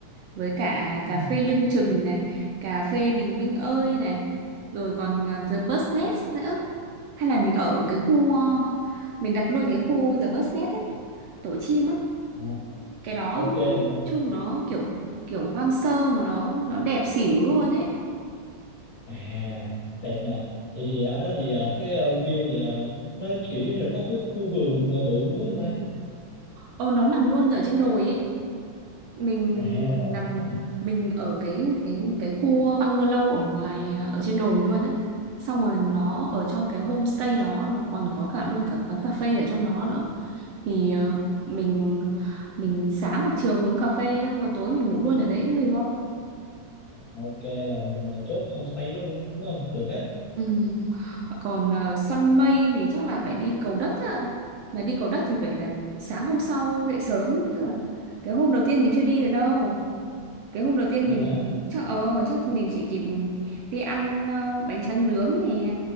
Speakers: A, on the right; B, on the left.
A: với cả cà
B: Ừ.
A: phê lưng chừng này cà phê Bình Minh ơi này rồi còn ờ, The Bus Nest nữa hay là mình ở cái khu ờ, mình đặt luôn cái khu The Bus Nest ấy tổ chim á
B: Ờ,
A: cái đó
B: ok được
A: trông nó kiểu kiểu hoang sơ mà nó nó đẹp xỉu luôn ấy
B: À, đẹp nè. Vậy thì ở đó thì ờ, cái ờ, view thì ờ, nó kiểu như là có khu, khu vườn ờ, bự luôn đúng không ta?
A: ờ nó nằm luôn ở trên đồi ấy mình
B: À rồi,
A: nằm
B: đúng nè.
A: mình ở cái cái cái khu bungalow ở ngoài à, ở trên đồi luôn á xong rồi nó ở trong cái homestay đó nó còn có cả luôn cả quán cà phê ở trong đó nữa thì ờ, mình mình sáng hoặc chiều mình uống cà phê xong rồi tối mình ngủ luôn ở đấy cũng được
B: Ok là mình ờ, chốt homestay luôn đúng không? Được á.
A: Ừ. Còn ờ, săn mây thì chắc là phải đi cầu đất ạ. Mà đi cầu đất thì phải là sáng hôm sau dậy sớm, tức là cái hôm đầu tiên mình chưa đi được đâu. Cái hôm đầu tiên
B: Vậy
A: mình chắc ờ chắc mình chỉ kịp đi ăn ờ, bánh tráng nướng này